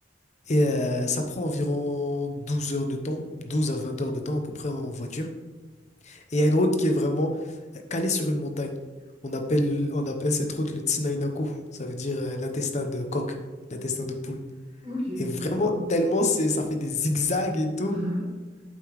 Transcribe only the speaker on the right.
Ok,
d'accord.
<laughs>